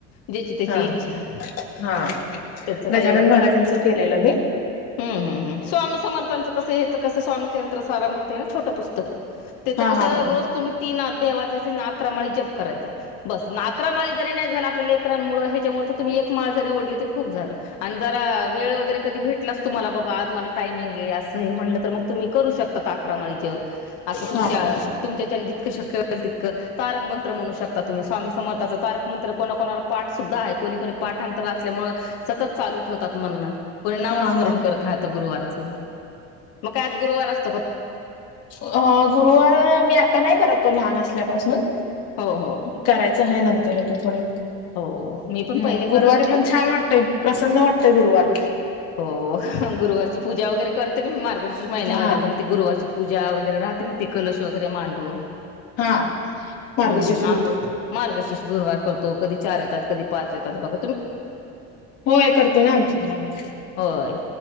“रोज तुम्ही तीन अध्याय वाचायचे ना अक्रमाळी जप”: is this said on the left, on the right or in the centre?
Left